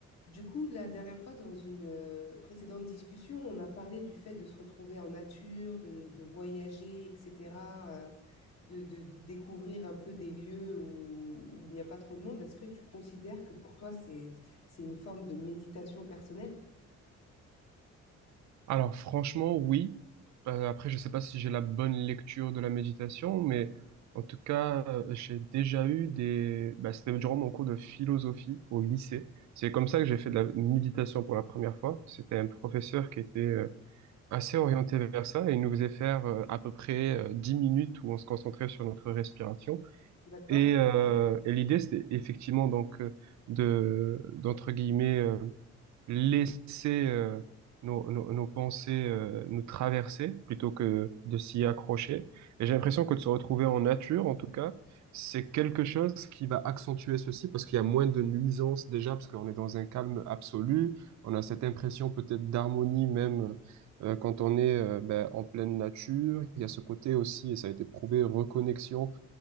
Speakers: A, on the left; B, on the right.
A: Du coup, la dernière fois, dans une euh, précédente discussion, on a parlé du fait de se retrouver en nature, de, de voyager, etc., euh, de, de découvrir un peu des lieux où, où il n'y a pas trop de monde. Est-ce que tu considères que pour toi, c'est, c'est une forme de méditation personnelle?
B: Alors franchement, oui. Euh, après, je sais pas si j'ai la bonne lecture de la méditation, mais en tout cas, euh, j'ai déjà eu des... Bah, c'était durant mon cours de philosophie au lycée. C'est comme ça que j'ai fait de la méditation pour la première fois. C'était un professeur qui était euh, assez orienté vers ça et il nous faisait faire euh, à peu près euh, 10 minutes où on se concentrait sur notre respiration.
A: D'accord?
B: Et, euh, et l'idée, c'était effectivement donc euh, de, d'entre guillemets... euh, laisser euh, nos, nos, nos pensées euh, nous traverser plutôt que de s'y accrocher. Et j'ai l'impression que de se retrouver en nature, en tout cas, c'est quelque chose qui va accentuer ceci parce qu'il y a moins de nuisances déjà, parce qu'on est dans un calme absolu. On a cette impression peut-être d'harmonie même euh, quand on est euh, ben, en pleine nature. Il y a ce côté aussi, et ça a été prouvé, reconnexion